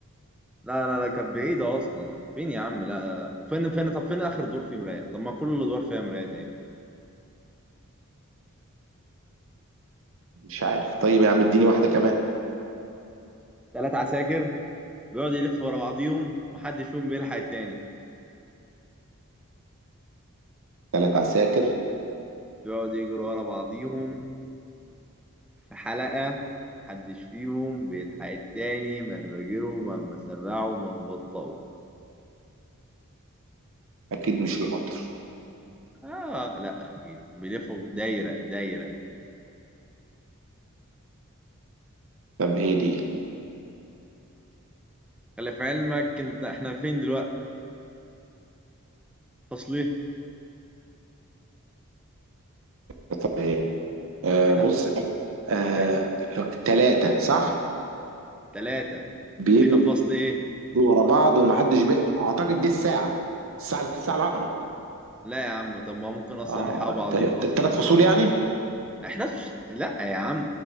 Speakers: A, in the centre; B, on the right.
A: لا لا لا كانت بعيدة اصلا فين يا عم لا لا. وفين فين طب فين اخر دور فيه مراية طب ما كل الادوار فيها مرايات ايه
B: مش عارف طيب يا عم اديني واحده كمان
A: تلات عساكر بيقعدوا يلفوا ورا بعضيهم محدش فيهم بيلحق التاني
B: ثلاث عساكر
A: بيقعدوا يجروا ورا بعضيهم في حلقة محدش فيهم بيلحق التاني مهما جروا مهما سرعوا مهما بطأوا
B: اكيد مش القطر
A: آه لأ أكيد بيلفوا دايرة دايرة
B: طب ايه دي
A: خلي في علمك أنت إحنا فين دلوقتي؟ فصل إيه؟
B: طب ايه آه
A: إحنا
B: بص
A: في
B: ثلاثه آه
A: إحنا
B: ثلاثة، صح
A: تلاتة
B: بيجوا
A: وإحنا في فصل إيه؟
B: ورا بعض ومحدش بقى اعتقد دي الساعه الساعه الساعه الاقرب
A: لا يا عم طب ما ممكن أصلا
B: اه
A: نلحق بعضيهم أصلا
B: الثلاث
A: ونتقطعوا
B: فصول يعني
A: إحنا في... لأ يا عم